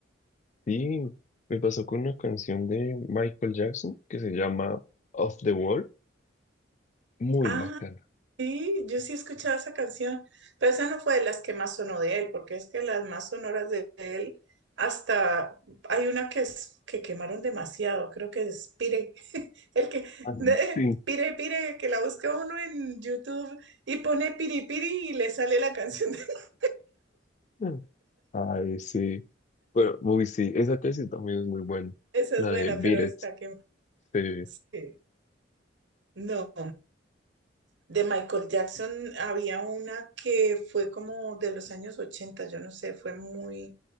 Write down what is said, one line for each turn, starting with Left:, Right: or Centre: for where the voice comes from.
Left: sí, me pasó con una canción de Michael Jackson que se llama Off the Wall, muy
Right: Ah,
Left: bacana.
Right: Sí, yo sí escuchaba esa canción, pero esa no fue de las que más sonó de él, porque es que las más sonoras de él, hasta hay una que, es, que quemaron demasiado, creo que es Pire, el que,
Left: Ah,
Right: <laughs>
Left: Sí.
Right: Pire, Pire, que la busca uno en YouTube y pone Piri Piri y le sale la canción. <laughs>
Left: Mm. Ay, sí. Bueno, uy, sí, esa casi también es muy buena.
Right: Esa
Left: La
Right: es buena,
Left: de Beat
Right: pero
Left: It,
Right: está que
Left: sí.
Right: sí. No, de Michael Jackson había una que fue como de los años 80, yo no sé, fue muy,